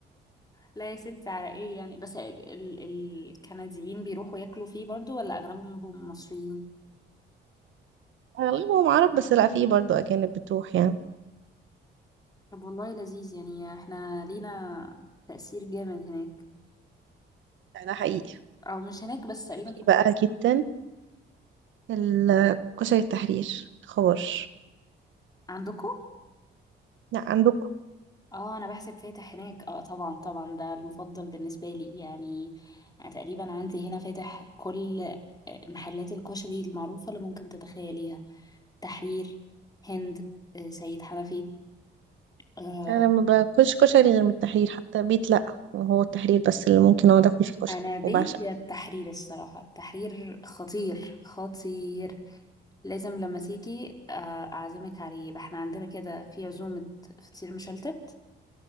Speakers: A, on the left; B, on the right.
A: لا يا ستي على ايه يعني بس ال ال- الكنديين بيروحوا ياكلوا فيه برضو ولا اغلبهم مصريين
B: أغلبهم عرب بس لا في برضه أجانب بتروح يعني
A: طب والله لذيذ يعني احنا لينا تأثير جامد هناك
B: لا ده حقيقي
A: او مش هناك بس تقريبا
B: في
A: في كل
B: بقى جدا ال- كشري التحرير خبر
A: عندكم
B: لا عندكم
A: اه انا بحسب فاتح هناك اه طبعا طبعا ده المفضل بالنسبة لي يعني أنا تقريبا عندي هنا فاتح كل آه، محلات الكشري المعروفة اللي ممكن تتخيليها تحرير هند آه، سيد حنفي آه،
B: أنا ما باكلش كشري غير من التحرير حتى بيت لا هو التحرير بس اللي ممكن أقعد أكل فيه كشري
A: انا بيت
B: وبعشق
A: التحرير الصراحه التحرير خطير خطير لازم لما تيجي آه، اعزمك عليه يبقى احنا عندنا كده في عزومه فطير مشلتت